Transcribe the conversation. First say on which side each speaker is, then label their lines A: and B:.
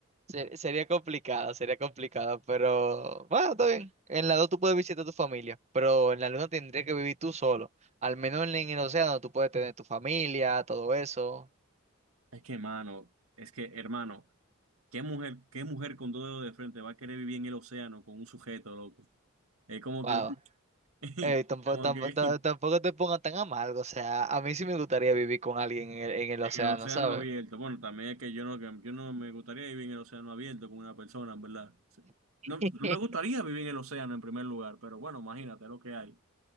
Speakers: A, on the right; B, on the right.
A: se- sería complicado, sería complicado, pero bueno, está bien. En la dos tú puedes visitar a tu familia, pero en la luna tendrías que vivir tú solo. Al menos en en el océano tú puedes tener tu familia, todo eso.
B: Es que, mano, es que, hermano, ¿qué mujer, qué mujer con dos dedos de frente va a querer vivir en el océano con un sujeto, loco? Es como
A: Wow.
B: que, <laughs>
A: Ey, tampoco,
B: como
A: tampo-
B: que
A: ta- tampoco te pongas tan amargo, o sea, a mí sí me gustaría vivir con alguien en el, en el
B: en
A: océano,
B: el océano
A: ¿sabes?
B: abierto. Bueno, también es que yo no, que yo no me gustaría vivir en el océano abierto con una persona, en verdad. Sí.
A: <laughs>
B: No, no me gustaría vivir en el océano en primer lugar, pero bueno, imagínate lo que hay.